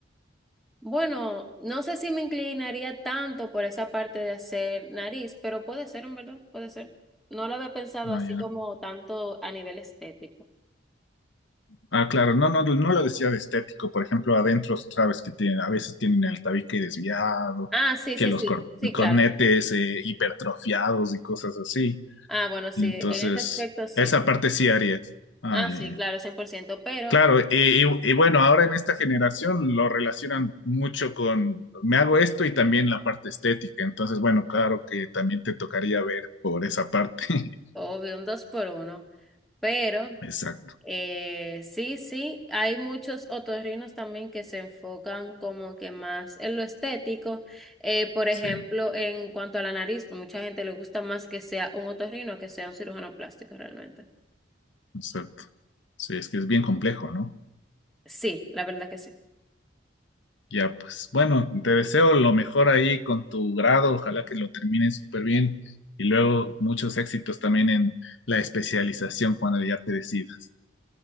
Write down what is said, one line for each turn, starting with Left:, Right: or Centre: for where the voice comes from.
Centre: bueno, no sé si me inclinaría tanto por esa parte de hacer nariz, pero puede ser, en verdad, puede ser. No lo había pensado
Left: ah,
Centre: así
Left: ya.
Centre: como tanto a nivel estético.
Left: Ah, claro, no, no, no lo decía de estético. Por ejemplo, adentro sabes que tienen, a veces tienen el tabique desviado,
Centre: Ah, sí,
Left: que
Centre: sí,
Left: los
Centre: sí,
Left: cor-
Centre: sí, claro.
Left: cornetes eh, hipertrofiados y cosas así.
Centre: Ah, bueno, sí,
Left: Entonces,
Centre: en ese aspecto sí.
Left: esa parte sí harías. Ah,
Centre: Ah,
Left: ya,
Centre: sí,
Left: ya.
Centre: claro, 100%, pero
Left: Claro, y, y- y bueno, ahora en esta generación lo relacionan mucho con me hago esto y también la parte estética. Entonces, bueno, claro que también te tocaría ver por esa parte. <laughs>
Centre: obvio, un dos por uno. Pero
Left: Exacto,
Centre: Eh, sí, sí, hay muchos otorrinos también que se enfocan como que más en lo estético. Eh, por ejemplo,
Left: sí,
Centre: en cuanto a la nariz, mucha gente le gusta más que sea un otorrino que sea un cirujano plástico realmente.
Left: exacto. Sí, es que es bien complejo, ¿no?
Centre: Sí, la verdad que sí.
Left: Ya, pues bueno, te deseo lo mejor ahí con tu grado, ojalá que lo termines súper bien y luego muchos éxitos también en la especialización cuando ya te decidas.